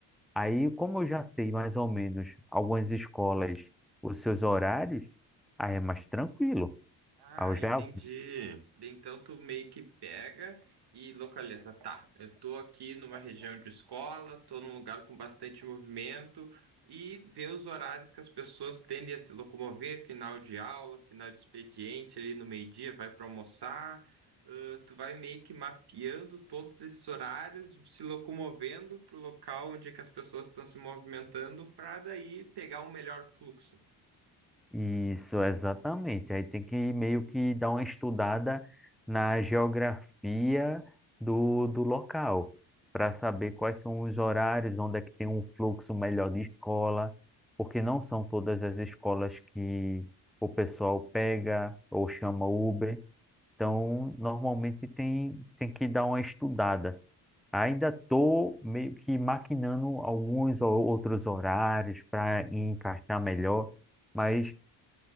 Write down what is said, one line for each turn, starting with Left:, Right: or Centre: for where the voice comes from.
Centre: Aí,
Right: hum.
Centre: como eu já sei mais ou menos algumas escolas, os seus horários, aí é mais tranquilo.
Right: Ah,
Centre: Aí eu já
Right: entendi. Daí Então tu meio que pega e localiza. Tá, eu tô aqui numa região de escola, tô num lugar com bastante movimento e vê os horários que as pessoas tendem a se locomover, final de aula, final de expediente, ali no meio-dia, vai para almoçar. Ah, tu vai meio que mapeando todos esses horários, se locomovendo pro local onde é que as pessoas estão se movimentando, para daí pegar um melhor fluxo.
Centre: Isso, exatamente. Aí tem que meio que dar uma estudada na geografia do, do local, para saber quais são os horários, onde é que tem um fluxo melhor de escola, porque não são todas as escolas que o pessoal pega ou chama Uber. Então, normalmente tem, tem que dar uma estudada. Ainda estou meio que maquinando alguns ou outros horários para encaixar melhor, mas.